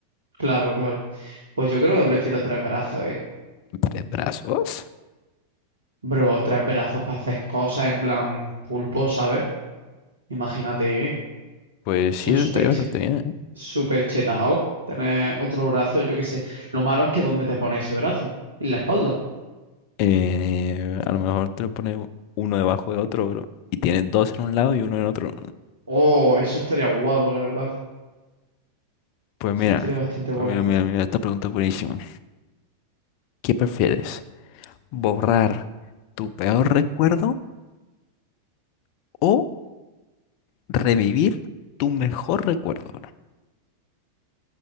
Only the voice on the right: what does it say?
Claro, claro. Pues yo creo que prefiero tres brazos, ¿eh?
Bro, tres brazos para hacer cosas en plan pulpo, ¿sabes? Imagínate, ¿eh?
Eso
es
súper
che-
súper chetado. Tener otro brazo, yo qué sé. Lo malo es que ¿dónde te pones ese brazo? En la espalda.
Oh, eso estaría guapo, la verdad.
Eso
estaría bastante
guapo.